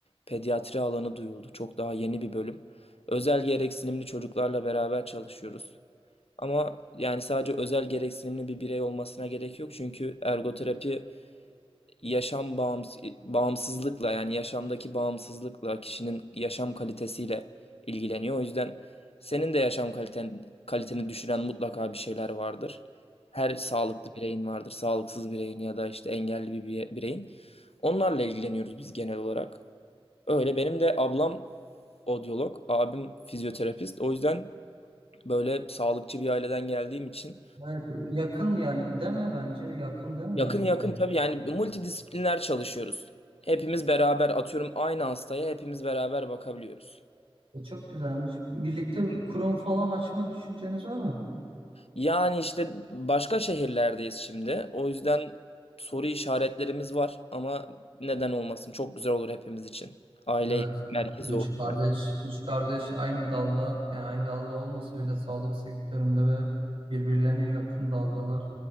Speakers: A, on the left (about 80°); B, on the right (about 70°).
A: pediatri alanı duyuldu. Çok daha yeni bir bölüm. Özel gereksinimli çocuklarla beraber çalışıyoruz. Ama yani sadece özel gereksinimli bir birey olmasına gerek yok. Çünkü ergoterapi yaşam bağımsız, bağımsızlıkla yani yaşamdaki bağımsızlıkla kişinin yaşam kalitesiyle ilgileniyor. O yüzden senin de yaşam kaliten, kaliteni düşüren mutlaka bir şeyler vardır. Her sağlıklı bireyin vardır, sağlıksız bireyin ya da işte engelli bir bire- bireyin. Onlarla ilgileniyoruz biz genel olarak. Öyle benim de ablam odyolog, abim fizyoterapist. O yüzden böyle sağlıkçı bir aileden geldiğim için
B: Evet, yakın yani değil mi bence? Yakın değil mi
A: Yakın
B: birbirlerine?
A: yakın tabii yani multidisipliner çalışıyoruz. Hepimiz beraber atıyorum aynı hastaya hepimiz beraber bakabiliyoruz.
B: E, çok güzelmiş. Birlikte bir kurum falan açma düşünceniz var mı?
A: Yani işte başka şehirlerdeyiz şimdi. O yüzden soru işaretlerimiz var ama neden olmasın? Çok güzel olur hepimiz için. Aile
B: Evet.
A: merkezi
B: e, Üç
A: olur.
B: kardeş,
A: yani.
B: üç kardeş aynı dalda, yani aynı dalda olmasa öyle sağlık sektöründe ve birbirlerine yakın daldalar.